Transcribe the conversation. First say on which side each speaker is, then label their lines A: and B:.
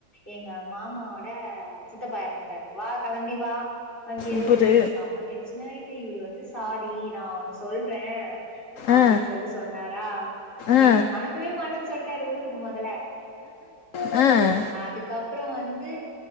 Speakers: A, on the left; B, on the left.
A: எங்க மாமாவோட சித்தப்பா எறந்துட்டாரு வா கெளம்பி வா அங்கிருந்து
B: சூப்பர்
A: எனக்கு செம்ம டென்ஷனாயிட்டு இவுரு வந்து சாரி நா ஒன்னு சொல்றே அப்டின்
B: ஆ
A: சொல்ட்டு சொன்னாரா
B: ஆ
A: என்ன அனுப்பவே மாட்டேன் சொல்ட்டாரு ஊருக்கு மொதல
B: அ
A: அதுக்கப்பறோ வந்து